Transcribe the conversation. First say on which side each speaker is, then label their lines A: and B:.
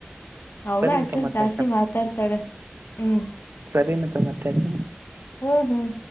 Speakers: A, on the left (about 70°); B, on the right (about 70°).
A: ಅವ್ಳ
B: ಸರಿನತ
A: ಆಕ್ಚಲ್
B: ಮತ್ತೆ
A: ಜಾಸ್ತಿ ಮಾತಾಡ್ತಾಳೆ ಹ್ಮ್
B: ಸರಿ ನ ತ ಅತ್ತಚ
A: ಹ್ಮ್ ಹ್ಮ್